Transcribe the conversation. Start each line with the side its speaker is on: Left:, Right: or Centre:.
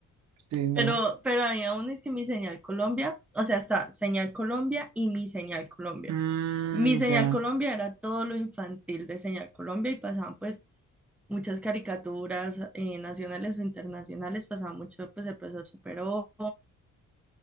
Right: Sí, no.
Centre: Pero, pero había aún es que mi señal Colombia, o sea, está señal Colombia y mi señal Colombia.
Right: Mmm,
Centre: Mi señal
Right: ya.
Centre: Colombia era todo lo infantil de señal Colombia y pasaban pues muchas caricaturas eh, nacionales o internacionales, pasaba mucho pues el profesor Superó,